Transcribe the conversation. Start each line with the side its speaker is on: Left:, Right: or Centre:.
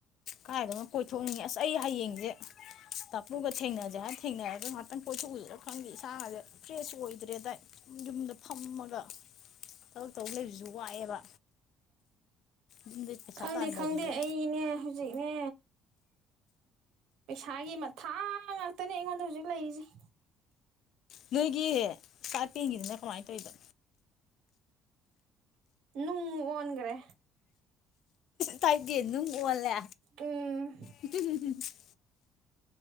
Left: ꯀꯥꯏꯗꯅꯣꯝ ꯀꯣꯏꯊꯣꯛꯅꯤꯡꯉꯦ ꯑꯁ ꯑꯩ ꯍꯌꯦꯡꯖꯦ ꯇꯥꯛꯄꯨꯒ ꯊꯦꯡꯅꯖꯦ ꯍꯥꯏ ꯊꯦꯡꯅꯔꯒ ꯉꯍꯥꯛꯇꯪ ꯀꯣꯢꯊꯣꯛꯎꯖꯤꯔ ꯈꯪꯗꯦ ꯏꯁꯥꯥꯒꯖ‌ꯦ ꯐ꯭ꯔꯦꯁ ꯑꯣꯏꯗ꯭ꯔꯦꯗ ꯑꯩ ꯌꯨꯝꯗ ꯐꯝꯃꯒ ꯊꯕꯛ ꯇꯧ ꯂꯩꯕꯖꯤꯖꯨ ꯋꯥꯏꯑꯦꯕ ꯌꯨꯝꯗꯩ ꯄꯩꯁꯥ
Right: ꯈꯪꯗꯦ
Left: ꯇꯥꯟꯕ
Right: ꯈꯪꯗꯦ
Left: ꯍꯥꯏꯁꯤꯁꯨ
Right: ꯑꯩꯅꯦ ꯍꯧꯖꯤꯛꯅꯦ ꯄꯩꯁꯥꯒꯤ ꯃꯊꯥ ꯉꯥꯛꯇꯅꯦ ꯑꯩꯉꯣꯟꯗ ꯍꯧꯖꯤꯛ ꯂꯩꯔꯤꯖ‌ꯦ
Left: ꯅꯣꯏꯒꯤ ꯀꯥꯠꯄ‌ꯦꯟꯒꯤꯗꯨꯅ ꯀꯃꯥꯏꯅ ꯇꯧꯋꯤꯕ
Right: ꯅꯨꯡ ꯑꯣꯟꯒ꯭ꯔꯦ
Left: ꯇꯥꯏꯞꯗ‌ꯦꯟ ꯅꯨꯡ ꯑꯣꯜꯂꯦ
Right: ꯎꯝ
Left: <unintelligible>